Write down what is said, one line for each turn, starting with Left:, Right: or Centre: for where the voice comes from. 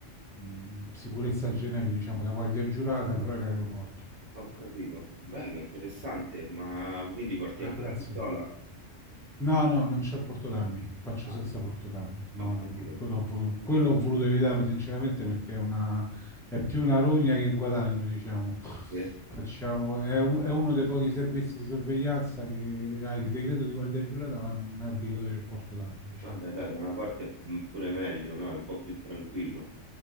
Centre: mh, sicurezza generica, diciamo, da guardia giurata, però in aeroporto.
Right: Ho capito. Bello, interessante, ma quindi porti
Centre: Ah,
Right: anche
Centre: grazie.
Right: la pistola?
Centre: No, no, non c'ho il portodarmi, faccio
Right: Ah,
Centre: senza portodarmi. No,
Right: ho
Centre: no,
Right: capito.
Centre: no, quello ho voluto, quello ho voluto evitarlo sinceramente perché è una, è più una rogna che un guadagno, diciamo.
Right: Sì.
Centre: Facciamo, è, u- è uno dei pochi servizi di sorveglianza che ha il decreto di guardia giurata, ma non è obbligatorio il portodarmi, diciamo.
Right: Vabbè, dai, da una parte mm, pure meglio, no? È un po' più tranquillo.